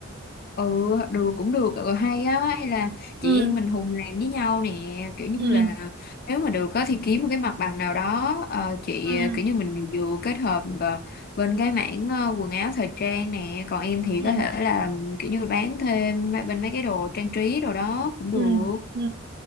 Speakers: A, on the left (about 45°); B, on the right (about 50°).
A: ừ được cũng được ừ, hay á hay là chị
B: ừ
A: em mình hùng làm với nhau nè kiểu như
B: ừ
A: là nếu mà được á thì kiếm một cái mặt bằng nào đó ờ, chị
B: ừ
A: ờ, kiểu như mình vừa kết hợp ờ, bên cái mảng ờ, quần áo thời trang nè còn em thì
B: ừ
A: có thể là ừ, kiểu như bán thêm mấy- bên mấy cái đồ trang trí đồ đó cũng được
B: ừ ừ